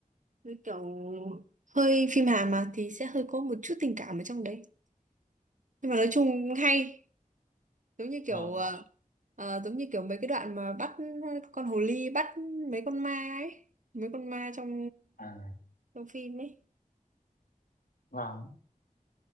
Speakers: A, on the right; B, on the left.
A: với kiểu hơi phim Hàn mà thì sẽ hơi có một chút tình cảm ở trong đấy nhưng mà nói chung hay giống như kiểu
B: vâng
A: ờ, ờ, giống như kiểu mấy cái đoạn mà bắt ờ, con hồ ly bắt mấy con ma ấy mấy con ma trong
B: À,
A: trong phim ấy
B: vâng